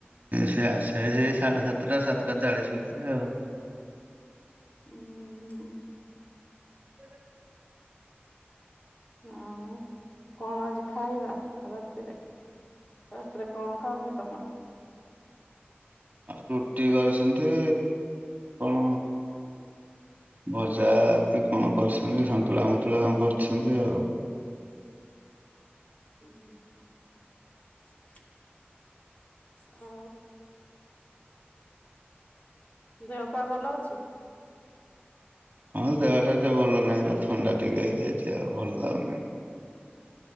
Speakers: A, on the right (about 45°); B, on the left (about 40°).
A: ସେ ଆସେ ସେଇ ସାଢେ ସାତଟା ସାତଟା ଚାଳିଶ ଭିତରେ ଆଉ।
B: ଉଁ ହୁଁ
A: <unintelligible>
B: ଆଉ କଣ ଆଜି ଖାଇବା ରାତିରେ? ରାତିରେ କଣ ଖାଆନ୍ତି ତମର?
A: ରୁଟି କରିଛନ୍ତି କଣ ଭଜା କି କଣ କରିଛନ୍ତି, ସନ୍ତୁଳା ଫନ୍ତୁଳା କଣ କରିଛନ୍ତି ଆଉ।
B: <inaudible> ଆଉ। ଦେହ ପା ଭଲ ଅଛି?
A: ହଁ ଦେହଟା ଟିକେ ଭଲ ନାହିଁ ବା ଥଣ୍ଡା ଟିକେ ହେଇଯାଇଛି ଆଉ ଭଲ ଲାଗୁନି।